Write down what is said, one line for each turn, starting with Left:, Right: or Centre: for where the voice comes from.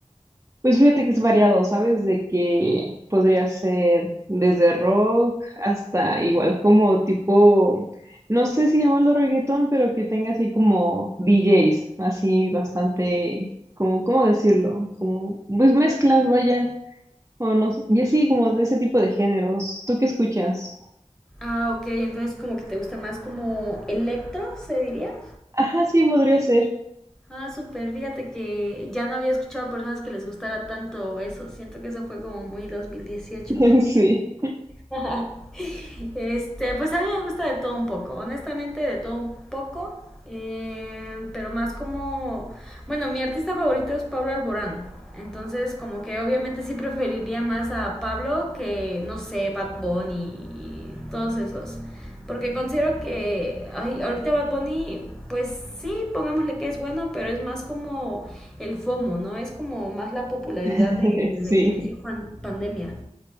Right: Pues fíjate que es variado, ¿sabes? De que podría ser desde rock hasta igual como tipo, no sé si llamarlo reggaetón, pero que tenga así como DJs, así bastante, como, ¿cómo decirlo? Como, pues mezclas, vaya, o no, sé, y así como de ese tipo de géneros. ¿Tú qué escuchas?
Centre: Ah, ok, entonces como que te gusta más como electro, se diría.
Right: Ajá, sí, podría ser.
Centre: Ah, súper, fíjate que ya no había escuchado a personas que les gustara tanto eso. Siento que eso fue como muy 2018,
Right: <laughs>
Centre: ¿no?
Right: Sí,
Centre: <laughs> Este, pues a mí me gusta de todo un poco, honestamente de todo un poco, eh, pero más como, bueno, mi artista favorito es Pablo Alborán, entonces como que obviamente sí preferiría más a Pablo que, no sé, Bad Bunny y todos esos, porque considero que, ay, ahorita Bad Bunny, pues sí, pongámosle que es bueno, pero es más como el FOMO, ¿no? Es como más la popularidad
Right: <laughs>
Centre: de, desde
Right: sí.
Centre: que inició pan- pandemia.